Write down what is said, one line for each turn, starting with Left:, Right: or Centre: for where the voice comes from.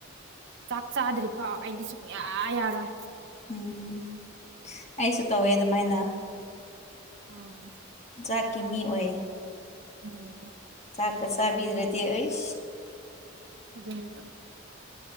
Right: ꯆꯥꯛ ꯆꯥꯗ꯭ꯔꯤ ꯐꯥꯎ ꯑꯩꯗꯤ ꯁꯨꯡꯌꯥ ꯌꯥꯔꯣꯏ
Left: ꯎꯝ ꯑꯩꯁꯨ ꯇꯧꯋꯦ ꯑꯗꯨꯃꯥꯏꯅ
Right: ꯎꯝ
Left: ꯆꯥꯛꯀꯤ ꯃꯤ ꯑꯣꯏ
Right: ꯎꯝ
Left: ꯆꯥꯛꯀ ꯆꯥꯕꯤꯗ꯭ꯔꯗꯤ ꯑꯩ
Right: ꯑꯗꯨꯗꯅꯦ